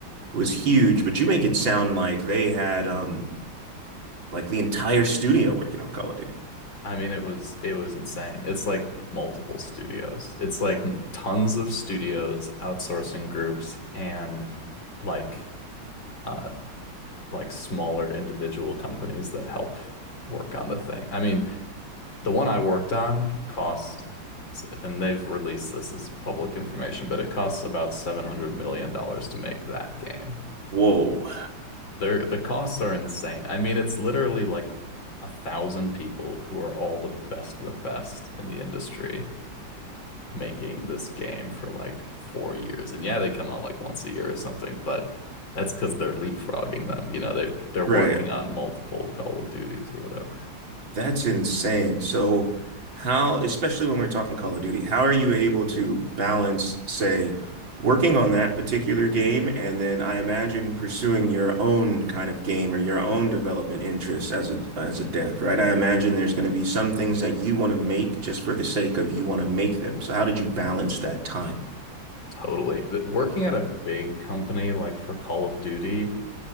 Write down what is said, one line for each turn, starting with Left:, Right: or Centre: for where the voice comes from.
Right: was huge, but you make it sound like they had um like the entire studio working on Call of Duty.
Left: I mean, it was it was insane. It's like multiple studios. It's like tons of studios, outsourcing groups, and like uh like smaller individual companies that help work on the thing. I mean, The one I worked on cost, and they've released this as public information, but it costs about $700 million dollars to make that game.
Right: Whoa.
Left: They're, the costs are insane. I mean, it's literally like a thousand people who are all the best of the best in the industry making this game for like four years. And yeah, they come out like once a year or something, but that's because they're leapfrogging them. You know, they've, they're working
Right: Right.
Left: on multiple Call of Duties or whatever.
Right: That's insane. So, how, especially when we're talking Call of Duty, how are you able to balance, say, working on that particular game, and then I imagine pursuing your own kind of game or your own development interests as a as a dev, right? I imagine there's going to be some things that you want to make just for the sake of you want to make them. So, how did you balance that time?
Left: Totally. Th- Working at a big company like for Call of Duty,